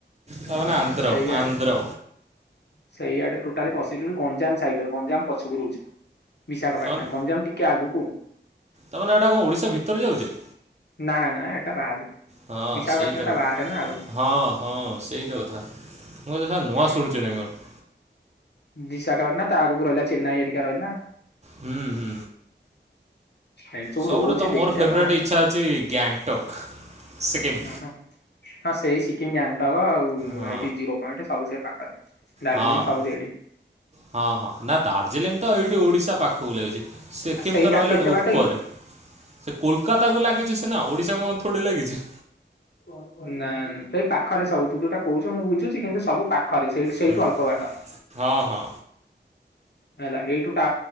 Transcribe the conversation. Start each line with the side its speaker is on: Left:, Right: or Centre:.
Right: ତାମାନେ
Left: ହଁ ଆ
Right: ଆନ୍ଧ୍ର
Left: ସେଇ
Right: ଆନ୍ଧ୍ର
Left: ଆଡେ। ସେଇଆଡେ ଟୋଟାଲି ପଶିଯିବ ଗଞ୍ଜାମ ସାଇଡ ଗଞ୍ଜାମ ପଛକୁ ରହୁଛି। ବିଶାଖାପାଟଣା,
Right: ତାମାନେ
Left: ଗଞ୍ଜାମ ଟିକେ ଆଗକୁ।
Right: ତାମାନେ ଏଇଟା କଣ ଓଡିଶା ଭିତରେ ଯାଉଛି?
Left: ନା ନା ଏଟା ବାହାରେ
Right: ହଁ
Left: ବିଶାଖାପାଟଣା
Right: ସେଇ ତ
Left: ଟା
Right: କଥା
Left: ବାହାରେ ନା ଆଉ
Right: ହଁ। ହଁ ସେଇ ତ କଥା ମୁଁ <unintelligible> ନୂଆ
Left: ହୁଁ
Right: ଶୁଣୁଛି ନା କଣ?
Left: ବିଶାଖାପାଟଣା ତା ଆଗକୁ ରହିଲା ଚେନ୍ନାଇ ହେରିକା ରହିଲା।
Right: ହୁଁ ହୁଁ।
Left: ଏମିତି ସବୁ
Right: ସବୁଠୁ
Left: ରହୁଛି
Right: ତ ମୋର
Left: ଦେଖିବା
Right: ଫେବରେଟ
Left: କଣ
Right: ଇଚ୍ଛା ଅଛି ଗ୍ୟାଙ୍ଗଟକ୍। ସିକିମ୍
Left: ଓହୋ ହଁ ସେଇ ସିିକିମ, ଗ୍ୟାଙ୍ଗଟକ ଆଉ
Right: ହଁ
Left: ଏଇଠି ଜିରୋ। ପଏଣ୍ଟେ ସବୁ ସେ ପାଖରେ। ଦାର୍ଜିଲିଂ
Right: ହଁ ହଁ
Left: ସବୁ ସେଇଠି
Right: ହଁ ହଁ ନା ଦାର୍ଜିଲିଂ। ତ ଏଇଠି ଓଡ଼ିଶା ପାଖକୁ ଲାଗିଛି ସିକିମ୍
Left: ସେଇଟା
Right: ତ ରହିଲାଣି
Left: କେତେ
Right: ଉପରେ।
Left: ବାଟ କି?
Right: ସେ କୋଲକାତା କୁ ଲାଗିଛି ସିନା ଓଡିଶାକୁ ଥୋଡି ଲାଗିଛି।
Left: ଓ ଓ ନା ନ ସେଇ ପାଖରେ ସବୁ ତୁ ଯଉଟା କହୁଛୁ ମୁଁ ବୁଝୁଛି କିନ୍ତୁ ସବୁ ପା ଖ ରେ ସେଇଠୁ ସେଇଠୁ
Right: ହୁଁ।
Left: ଅଳ୍ପବାଟ।
Right: ହଁ ହଁ
Left: ହେଲା ଏଇଠୁ ଟା